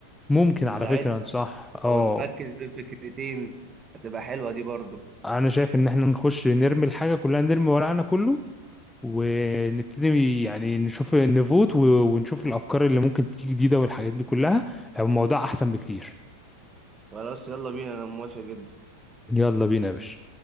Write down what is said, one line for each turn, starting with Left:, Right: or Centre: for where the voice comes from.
Centre: ممكن على
Right: تساعدنا
Centre: فكره صح اه
Right: او نركز بين فكرتين هتبقى حلوة دي برضو
Centre: انا شايف ان احنا نخش نرمي الحاجه كلها نرمي ورقنا كله ونبتدي يعني نشوف نفوت و- ونشوف الافكار اللي ممكن تيجي جديده والحاجات دي كلها الموضوع احسن بكتير
Right: خلاص يلا بينا انا موافق جدا
Centre: يلا بينا يا باشا